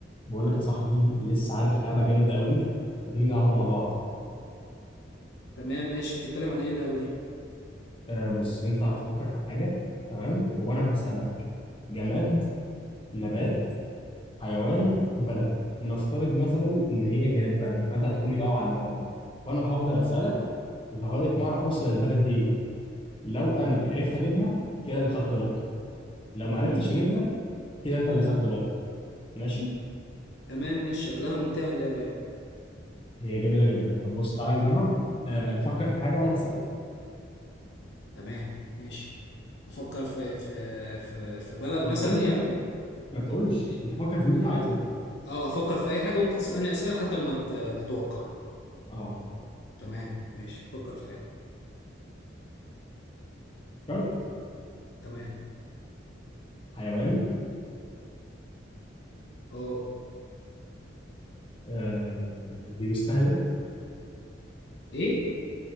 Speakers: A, on the left; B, on the left.
A: بقول لك يا صاحبي لسه عارف لعبة جامدة قوي ما تيجي نلعبها مع بعض
B: تمام ماشي بتتكلم عن ايه اللعبة دي
A: آه بص انت هتفكر في حاجة تمام وانا هسألك جماد نبات حيوان بلد نفترض مثلا ان هي كانت بلد فانت هتقول لي اه على البلد فانا هفضل أسألك لغاية ما اعرف اوصل البلد دي ايه لو انا عرفت اجيبها كده انا خدت نقطة لو ما
B: امم
A: عرفتش اجيبها كده انت اللي خدت نقطة ماشي
B: تمام ماشي شكلها ممتعة اللعبة يعني
A: هي جميلة جدا طب بص تعالى نجرب آه فكر في حاجة وانا هسألك
B: تمام ماشي افكر في في في في بلد
A: ما
B: مثلا
A: تقولش
B: يعني
A: بقى
B: ولا
A: ما تقولش
B: ماشي
A: انت فكر في اللي انت
B: ماشي
A: عايزه
B: اه افكر في اي حاجة وانت تسألني اسئلة لحد ما ت- تتوقع
A: اه
B: تمام ماشي افكر في حاجة
A: فكرت
B: تمام
A: حيوان
B: اه
A: آه بيستهلك
B: ايه